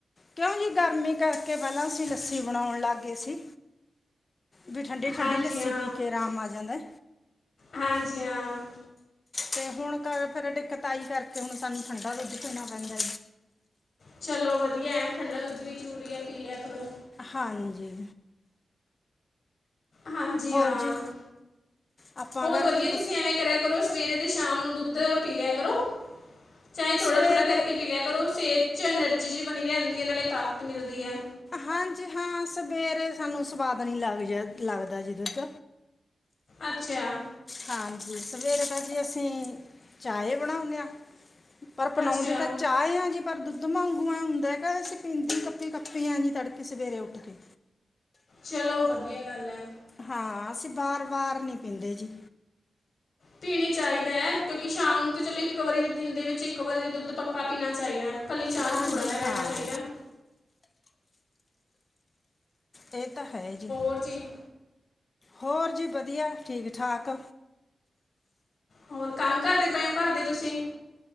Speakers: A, on the left (about 35°); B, on the left (about 60°).
A: ਕਿਉਂ ਜੀ ਗਰਮੀ ਕਰਕੇ ਪੈਲਾਂ ਅਸੀਂ ਲੱਸੀ ਬਣਾਓਣ ਲੱਗ ਗਏ ਸੀ। ਵੀ ਠੰਡੀ-ਠੰਡੀ
B: ਹਾਂਜੀ
A: ਲੱਸੀ
B: ਹਾਂ
A: ਪੀ ਕੇ ਆਰਾਮ ਆ ਜਾਂਦਾ।
B: ਹਾਂਜੀ ਹਾਂ।
A: ਤੇ ਹੁਣ ਕਰ ਫੇਰ ਡਿੱਕ ਤਈ ਕਰਕੇ ਹੁਣ ਸਾਨੂੰ ਠੰਢਾ ਦੁੱਧ ਪੀਣਾ ਪੈਂਦਾ।
B: ਚਲੋ ਵਧੀਆ ਐ, ਠੰਡਾ ਦੁੱਧ ਵੀ ਜ਼ਰੂਰੀ ਐ ਪੀ ਲਿਆ ਕਰੋ‌।
A: ਹਾਂਜੀ।
B: ਹਾਂਜੀ
A: ਹੋਰ
B: ਹਾਂ,
A: ਜੀ ਆਪਾਂ
B: ਹੋਰ
A: ਘਰ
B: ਵਧੀਆ
A: ਕੀ ਕੁਛ
B: ਤੁਸੀਂ ਐਵੇਂ ਕਰਿਆ ਕਰੋ ਸਵੇਰੇ ਤੇ ਸ਼ਾਮ ਨੂੰ ਦੁੱਧ ਪੀ ਲਿਆ ਕਰੋ, ਚਾਹੇ ਥੋੜਾ-ਥੋੜਾ
A: ਸਵੇਰੇ
B: ਕਰਕੇ ਪੀ ਲਿਆ ਕਰੋ, ਸੇਤ ਚ ਐਨਰਜੀ ਜੀ ਬਣੀ ਰੈਂਦੀ ਐ ਨਾਲੇ ਤਾਕਤ ਮਿਲਦੀ ਐ।
A: ਹਾਂਜੀ ਹਾਂ ਸਵੇਰੇ ਸਾਨੂੰ ਸਵਾਦ ਨੀ ਲੱਗ ਜਾ ਲੱਗਦਾ ਜੀ ਦੁੱਧ।
B: ਅੱਛਾ।
A: ਹਾਂਜੀ ਸਵੇਰੇ ਤਾਂ ਜੀ ਅਸੀਂ, ਚਾਏ ਬਣਾਉਂਣੇ ਆ। ਪਰ ਬਣਾਉਂਦੇ
B: ਅੱਛਾ
A: ਤਾਂ ਚਾਹ ਆ ਜੀ ਪਰ ਦੁੱ ਦੁੱਧ ਵਾਂਗੂ ਆ ਹੁੰਦਾ ਹੈਗਾ, ਅਸੀਂ ਪੀਂਦੇ ਕੱਪੀ ਕੱਪੀ ਆ ਜੀ ਤੜਕੇ ਸਵੇਰੇ ਉੱਠ ਕੇ।
B: ਚਲੋ ਵਧੀਆ ਗੱਲ ਐ।
A: ਹਾਂ ਅਸੀਂ ਬਾਰ-ਵਾਰ ਨੀ ਪੀਂਦੇ ਜੀ।
B: ਪੀਣੇ ਚਾਈਦਾ ਆ ਕਿਉਂਕਿ ਸ਼ਾਮ ਨੂੰ ਤਾਂ ਚਲੋ ਇੱਕ ਵਾਰੀ ਦੇ ਦਿਨ ਦੇ ਵਿੱਚ ਇੱਕ ਵਾਰੀ ਦਾ ਦੁੱਧ ਪੱਕਾ ਪੀਣਾ ਚਾਈਦਾ। ਕੱਲੀ ਚਾਹ
A: ਹਾਂਜੀ
B: ਤੇ ਥੋੜ੍ਹਾ ਨਾ ਰੈਂਨਾ
A: ਹਾਂ
B: ਚਾਈਦਾ।
A: ਏਹ ਤਾਂ ਹੈ ਜੀ।
B: ਹੋਰ ਜੀ।
A: ਹੋਰ ਜੀ ਵਧੀਆ ਠੀਕ-ਠਾਕ।
B: ਹੋਰ ਕੰਮ ਕਰਦੇ ਪਏ ਹੋ ਘਰਦੇ ਤੁਸੀਂ?